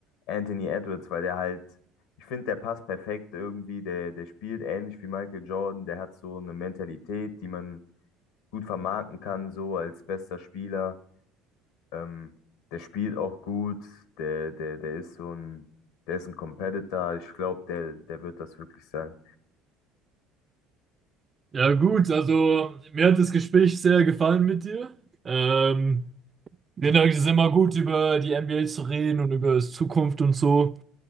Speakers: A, on the left (about 80°); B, on the right (about 25°).
A: Anthony Edwards, weil der halt, ich finde, der passt perfekt irgendwie, der, der spielt ähnlich wie Michael Jordan, der hat so eine Mentalität, die man gut vermarkten kann, so als bester Spieler. Ähm, der spielt auch gut, der, der, der ist so ein, der ist ein Competitor. Ich glaube, der, der wird das wirklich sein.
B: Ja, gut, also mir hat das Gespräch sehr gefallen mit dir. Ähm, ich finde, es ist immer gut, über die NBA zu reden und über die Zukunft und so.